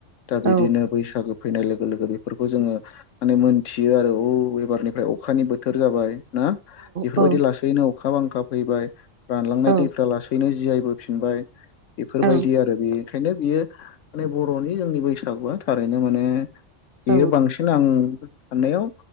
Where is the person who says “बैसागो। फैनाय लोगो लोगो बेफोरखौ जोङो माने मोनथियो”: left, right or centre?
Left